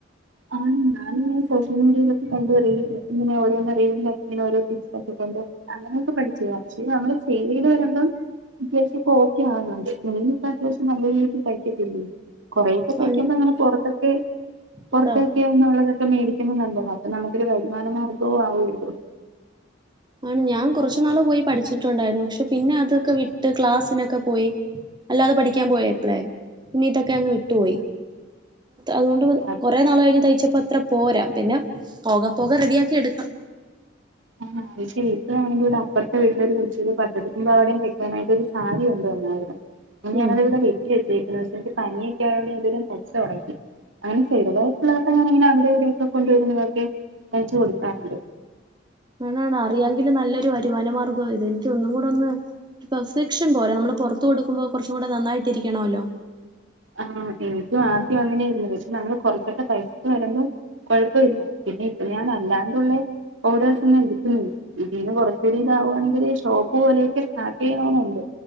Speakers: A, on the right; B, on the right.
A: ആഹ് ഞാനിങ്ങനെ സോഷ്യൽ മീഡിയയിലൊക്കെ കണ്ട് വരികയും ഇ ഇങ്ങനെ ഓരോന്ന് റീൽലൊക്കെ ഇങ്ങനെ ഓരോ ടിപ്പൊക്കെ ക ന്തോ അങ്ങനെയൊക്കെ പഠിച്ചയാ പക്ഷേ നമ്മള് സേവെയ്ത് വരുമ്പം അത്യാവശ്യംപ്പ ഓക്കെ ആന്നൊണ്ട് നിലവിലിപ്പ അത്യാവശ്യം നല്ല രീതിക്ക് തയ്ക്കത്തില്ലേ കൊറേക്കെ തയ്ക്കുമ്പങ്ങനെ
B: ആ, ഞ-
A: പൊറത്തൊക്കെ പൊറത്തൊക്കെയന്നുള്ളത
B: അതാ.
A: ക്ക മേടിക്കുമ്പ നല്ലതാ അപ്പൊ നമക്കൊര് വരുമാന മാർഗോം ആവല്ലോ
B: ആണ് ഞാൻ കൊറച്ച്നാള്‌ പോയി പഠിച്ചിട്ടൊണ്ടാര്ന്നു പക്ഷെ പിന്നെ അതൊക്കെ വിട്ട് ക്ലാസ്സിനൊക്കെ പോയി അല്ലാതെ പഠിക്കാൻ പോയ എപ്പളെ പിന്നെ ഇതൊക്കെ അങ്ങ് വിട്ടുപോയി. അതുകൊണ്ട്
A: അത്
B: കൊറേ നാളായി ഞാൻ തയ്ച്ച് ഇപ്പൊ അത്ര പോരാ. പിന്നെ പോക പോക റെഡിയാക്കി എടുക്കാം
A: ആഹ് അത് ശരി. ഇപ്പഴാണെങ്കിൽ താ അപ്പറത്തെ വീട്ടിലെ ഒരു <unintelligible> തെക്കാനായിട്ട് ഒരു സാരി കൊണ്ട് വന്നായിരുന്നു അന്ന്
B: ഉം
A: ഞാനത് ഇവിടെ വെട്ടി വെച്ചേക്ക്ണ്. പക്ഷെ എനിക്ക് പനിയൊക്കെ ആയതുകൊണ്ട് ഞാന് ഇതുവരെ തയ്ച്ച് <unintelligible> അങ്ങനെ ചെറുതായിട്ടുള്ളതൊക്കെ ഞാനിങ്ങനെ അവിടെവിടെയൊക്കെ കൊണ്ടുവരുന്നതൊക്കെ തയ്ച്ച് കൊടുക്കാറുണ്ട്
B: അതാണ് അറിയെങ്കിൽ നല്ലൊരു വരുമാന മാർഗ്ഗാ ഇത്. എനിക്ക് ഒന്നും കൂടെ ഒന്ന് പെർഫെക്ഷൻ പോരാ നമ്മള് പുറത്ത് കൊടുക്കുമ്പോ കുറച്ചും കൂടെ നന്നായിട്ട് ഇരിക്കണോല്ലോ
A: ആ എനിക്കും ആദ്യം അങ്ങനൊയിരുന്നു. പക്ഷെ നമ്മള് കൊറച്ചൊക്കെ തയ്ച്ച് വരുമ്പോം കുഴപ്പമില്ല പിന്നെ ഇപ്പ ഞാൻ അല്ലാണ്ടുള്ള ഓർഡേഴസ് ഒുന്നും ഞാൻ എടുക്കുന്നില്ല. ഇതിന്ന് കുറച്ചുകൂടി ഇതാവുകവാണെങ്കിൽ ഷോപ്പ് പോലെയൊക്കെ സ്റ്റാർട്ട് ചെയ്യണംന്നുണ്ട്